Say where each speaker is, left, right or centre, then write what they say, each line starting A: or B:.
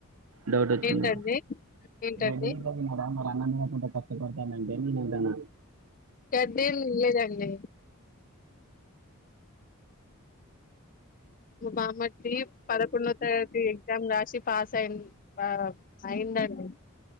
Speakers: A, on the right; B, on the left.
A: డౌట్ వచ్చింది
B: ఏంటండి ఏంటండి
A: బైడింగ్ ఇట తింటాడా మరి అన్నం తిన అంట కష్టపడతానంటే నేను వద్ధాన
B: గడ్డి ఏం తినలేదండి బామ్మర్ది పదకొండో తేదీ ఎగ్జామ్ రాసి పాస్ అయిం ఆ అయిందండి.